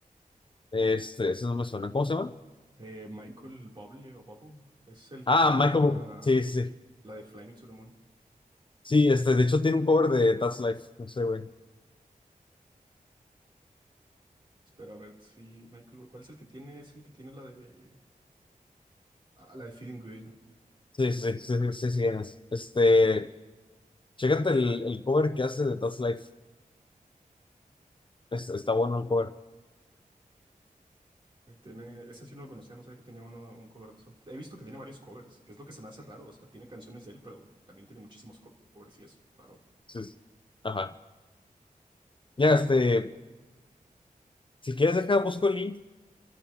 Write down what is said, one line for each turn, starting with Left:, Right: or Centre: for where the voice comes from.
Left: Este, ese no me suena. ¿Cómo se llama?
Right: Eh, Michael Bublé o Bubble, es el
Left: Ah,
Right: que canta
Left: Michael. Bublé. Sí, sí. Sí,
Right: la de Fly Me to the Moon.
Left: Sí, este, de hecho tiene un cover de That's Life. No sé, güey.
Right: Espera, a ver si, Michael, ¿cuál es el que tiene? Es el que tiene la de, ah, la de Feeling Good.
Left: Sí, sí, sí, sí, sí, sí, quién es. Este, chécate el, el cover que hace de That's Life. Es- está bueno el cover.
Right: Eh, Tiene, ese sí no lo conocía, no sabía que tenía uno, un cover de eso. He visto que tiene varios covers, que es lo que se me hace raro. O sea, tiene canciones de él, pero también tiene muchísimos co- covers y es raro.
Left: Sí, sí. Ajá. Ya, este, si quieres deja, busco el link